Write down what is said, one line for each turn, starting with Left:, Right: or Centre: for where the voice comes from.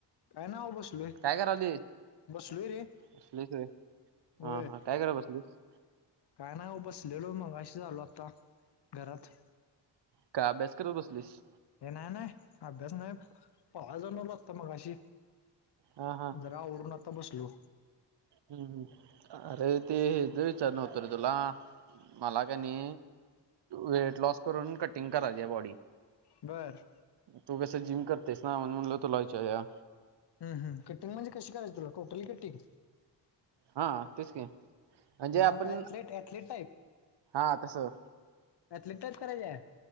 Left: काय ना हो बसलोय.
Right: काय करालीस
Left: बसलोय रे.
Right: बसलीस होय
Left: होय
Right: हा हा. काय करा बसलीस.
Left: काय नाही ओ बसलेलो. मगाशीच आलो आता घरात.
Right: काय अभ्यास करत बसलीस.
Left: हे नाय नाय. आभ्यास नाय. पहायला जावुन आलो. आता मगाशी.
Right: हा हां.
Left: जरा आवरून आता बसलो.
Right: हम्म हम्म. अरे ते जु विचान होतो रे तुला. मला कनी. वेट लॉस करून, कटिंग करायची बॉडी.
Left: बर.
Right: तू कसं जिम करतेस ना. म्हणून म्हणलं तुला विचारुया.
Left: हम्म हम्म. कटिंग म्हणजे कशी करायची तुला. Totally cutting.
Right: हा तेच
Left: अ.
Right: की म्हणजे आपण
Left: एथलेट एथले टाईप.
Right: हा तसं
Left: एथले टाईप करायचेय.